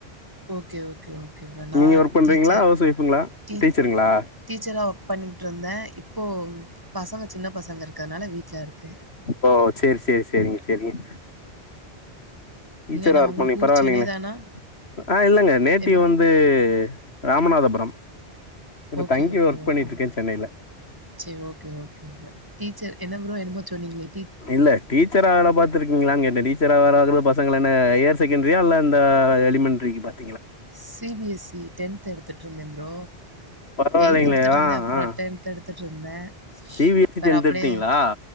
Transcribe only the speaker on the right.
ஓகே ஓகே ஓகே ப்ரோ நா
டீச்சர்
டீச்
டீச்சரா ஒர்க் பண்ணிக்கிட்ருந்த இப் போ பசங்க சின்ன பசங்க இருக்கற்த்னால வீட் ட்லருக்கே
இங்க நான்
உங்களுக்கு
ஊர் சென்னை தானா?
என்ன
ஓகே,
ஓகே,
ஓகே
ப்ரோ.
சரி, ஓகே, ஓகே ப்ரோ. டீச்சர் என்ன ப்ரோ என்னமோ சொன்னீங்ளே
C B S C tenth எடுத்துட்ருந்தே ப்ரோ
எய்த் எடுத்துட்ருந்தே
அப்பறோ
டென்த் எடுத்து ட்ருந்த
பெற
அப்டியே